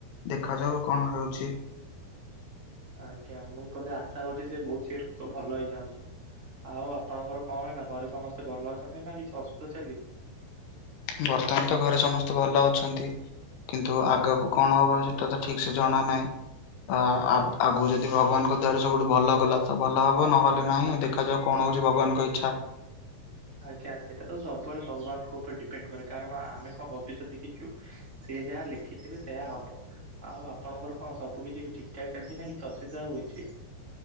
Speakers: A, on the left; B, on the right.
A: ଦେଖାଯାଉ କଣ ହଉଛି।
B: ଆଜ୍ଞା ମୁଁ ତ ଯାହା ଆଶା କରୁଛି ସେ ବହୁତ ଶୀଘ୍ର ଖୁବ୍ ଭଲ ହେଇଯାଆନ୍ତୁ। ଆଉ ଆପଣଙ୍କର କଣ ଏଇନା ଘରେ ସମସ୍ତେ ଭଲ ଅଛନ୍ତି ନା କିଛି ଅସୁବିଧା ଚାଲିଛି
A: ବର୍ତ୍ତମାନ ତ ଘରେ ସମସ୍ତେ ଭଲ ଅଛନ୍ତି। କିନ୍ତୁ ଆଗକୁ କଣ ହବ ସେଟା ତ ଠିକ୍ ସେ ଜଣା ନାହିଁ ଅ
B: ଆ
A: ଆଗକୁ ଯଦି। ଯଦି ଭଗବାନଙ୍କ ଦୟାରୁ ସବୁଠୁ ଭଲ କଲା ତ ଭଲ ହବ ନହେଲେ ନାହିଁ ଦେଖାଯାଉ କଣ ହଉଛି ଭଗବାନଙ୍କ ଇଚ୍ଛା।
B: ଆଜ୍ଞା ସେଇଟା ତ ସବୁବେଳେ ଭଗବାନଙ୍କ ଉପରେ ଡିପେଣ୍ଡ କରେ କାରଣ ଆମେ କଣ ଭବିଷ୍ୟୂ ଦେଖିଛୁ। ସିଏ ଯାହା ଲେଖିଥିବେ ସେୟା ହବ। ଆଉ ଆପଣଙ୍କର କଣ ସବୁ କିଛି ଠିକ୍ ଠାକ୍ ଚାଲିଛି ନା କିଛି ଅସୁବିଧା ହଉଛି